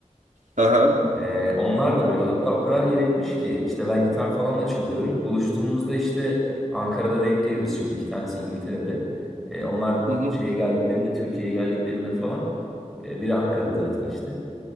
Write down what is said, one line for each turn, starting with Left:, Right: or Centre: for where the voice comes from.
Right: Aha.
Centre: Ee, onlar da böyle hatta o kadar yer etmiş ki işte ben gitar falan da çalıyorum. Buluştuğumuzda işte Ankara'da denk geliyoruz şimdi iki tanesi İngiltere'de. Ee, onlar
Right: Hı hı.
Centre: şeye geldiklerinde Türkiye'ye geldiklerinde falan e, biri Ankara'da zaten işte.